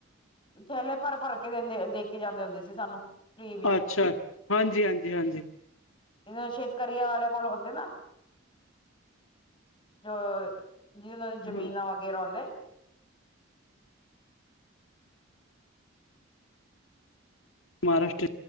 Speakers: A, on the left; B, on the left.
A: ਥੈਲੇ ਭਰ ਭਰ ਕੇ ਦੇ ਕੇ ਜਾਂਦੇ ਹੁੰਦੇ ਸੀ ਸਾਨੂੰ ਫ੍ਰਰੀ ਵਿੱਚ
B: ਅੱਛਾ ਹਾਂਜੀ ਹਾਂਜੀ ਹਾਂਜੀ
A: ਇਹਨਾਂ ਛੇਤਕਰੀਆ ਵਾਲਿਆਂ ਕੋਲ ਹੁੰਦੇ ਨਾ ਜੋ ਜਿਹਦੇ ਨਾਲ ਜ਼ਮੀਨਾਂ
B: ਹਾਂ
A: ਵਗੈਰਾ ਆਉਂਦੇ
B: ਮਹਾਰਾਸ਼ਟਰ